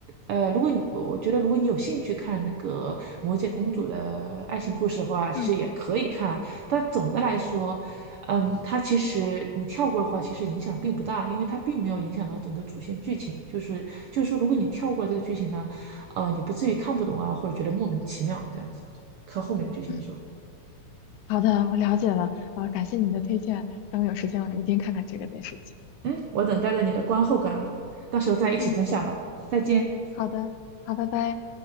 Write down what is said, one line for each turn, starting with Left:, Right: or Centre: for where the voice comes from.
Right: 呃，如果你我我觉得如果你有兴趣看那个《魔戒公主》的爱情故事的话，其实也可以看。
Left: 嗯
Right: 但总的来说，嗯，它其实你跳过的话，
Left: 嗯
Right: 其实影响并不大，因为它并没有影响到整个主线剧情。就是就是说，如果你跳过这个剧情呢，呃，你不至于看不懂啊，或者觉得莫名其妙这样子。看后面的剧情说，
Left: 嗯，好的，我了解了，呃，感谢你的推荐，等我有时间我一定看看这个电视剧。
Right: 嗯，我等待着你的观后感啊，到时候再一起分享吧。
Left: 嗯，
Right: 再见。
Left: 好的，好，拜拜。